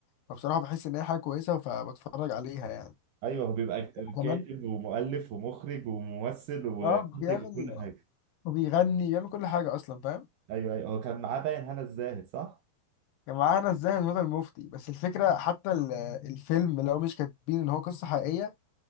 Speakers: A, on the left (about 75°); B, on the right (about 75°).
A: فبصراحه بحس ان هي حاجه كويسه فبتفرج عليها يعني
B: ايوه هو بيبقى
A: كمان
B: كاتب ومؤلف ومخرج وممثل ومنتج
A: اه بيعمل
B: وكل حاجة
A: وبيغني بيعمل كل حاجة أصلا فاهم
B: ايوه ايوه هو كان معاه باين هنا الزاهد صح؟
A: كان معانا الزاهد هدى المفتي بس الفكرة حتى ال- الفيلم لو مش كاتبين إن هو قصة حقيقية